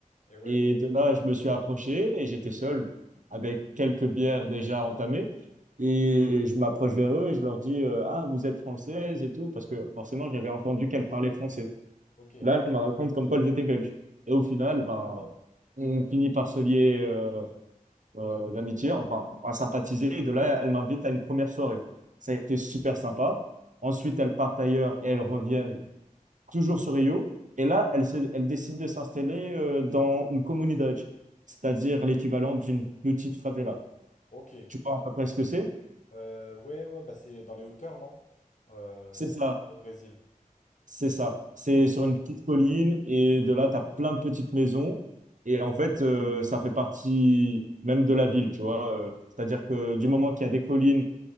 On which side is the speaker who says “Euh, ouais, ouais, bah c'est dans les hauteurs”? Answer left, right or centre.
Left